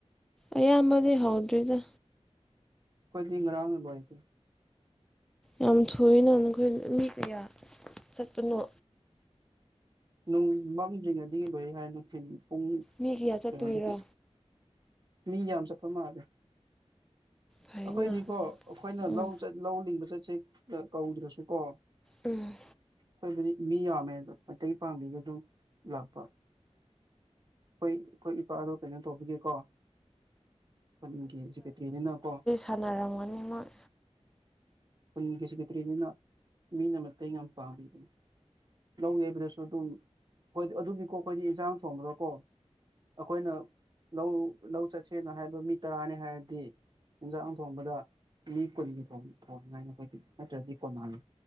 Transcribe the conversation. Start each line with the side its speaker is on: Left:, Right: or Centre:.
Centre: ꯑꯌꯥꯝꯕꯗꯤ ꯍꯧꯗ꯭ꯔꯤꯗ
Right: ꯀꯣꯏ ꯉ ꯔꯥꯎꯕꯁ
Centre: ꯌꯥꯝ ꯊꯣꯏꯅ ꯅꯈꯣꯏ ꯃꯤ ꯀꯌꯥ ꯆꯠꯄꯅꯣ
Right: ꯅꯨꯡ ꯃꯝꯁꯤꯡ ꯑꯅꯤ ꯂꯣꯏꯦ ꯍꯥꯏ ꯅꯨꯡ ꯄꯨꯡ
Centre: ꯃꯤ ꯀꯌꯥ ꯆꯠꯄꯒꯤꯔꯣ
Right: ꯀꯩꯅꯣꯗꯒꯤ ꯃꯤ ꯌꯥꯝ ꯆꯠꯄ ꯃꯥꯜꯂꯦ
Centre: ꯐꯩꯅ
Right: ꯑꯩꯈꯣꯏꯗꯤꯀꯣ ꯑꯩꯈꯣꯏꯅ
Centre: ꯎꯝ
Right: ꯂꯧ ꯆ ꯂꯧ ꯂꯤꯡꯕ ꯆꯠꯁꯦ ꯀꯧꯗ꯭ꯔꯁꯨ ꯀꯣ
Centre: ꯎꯝ
Right: ꯑꯩꯈꯣꯏꯕꯨꯗꯤ ꯃꯤ ꯌꯥꯝꯃꯦꯗ ꯃꯇꯩꯇꯩ ꯄꯥꯡꯕꯤꯒ ꯑꯗꯨꯝ ꯂꯥꯛꯄ ꯍꯣꯏ ꯑꯩꯈꯣꯏ ꯏꯄꯥꯗꯣ ꯀꯩꯅꯣ ꯇꯧꯕꯒꯦꯀꯣ ꯍꯣꯏꯦ ꯁꯤ ꯀꯦꯇꯔꯤꯅꯤꯅꯀꯣ
Centre: ꯁꯥꯟꯅꯔꯝꯒꯅꯤꯃꯛ
Right: ꯈꯨꯟꯒꯤꯁꯤꯀꯇ꯭ꯔꯤꯅꯤꯅ ꯃꯤꯅ ꯃꯇ ꯌꯥꯝ ꯄꯥꯝꯕꯅꯤ ꯂꯧꯒꯦꯕꯗꯁꯨ ꯑꯗꯨꯝ ꯍꯣꯏ ꯑꯗꯨꯒꯤꯀꯣ ꯑꯩꯈꯣꯏꯗꯤ ꯏꯟꯁꯥꯡ ꯊꯣꯡꯕꯗꯣ ꯀꯣ ꯑꯩꯈꯣꯏꯅ ꯂꯧ ꯂꯧ ꯆꯠꯁꯦꯅ ꯍꯥꯏꯕ ꯃꯤ ꯇꯔꯥꯅꯤ ꯍꯥꯏꯔꯗꯤ ꯌꯦꯟꯖꯥꯡ ꯊꯣꯡꯕꯗ ꯃꯤ ꯀꯨꯟꯒꯤ ꯊꯣꯡꯅꯤꯉꯥꯏꯅ ꯑꯩꯈꯣꯏꯗꯤ ꯅꯠꯇ꯭ꯔꯗꯤ ꯀꯣꯟꯅꯥꯅꯤ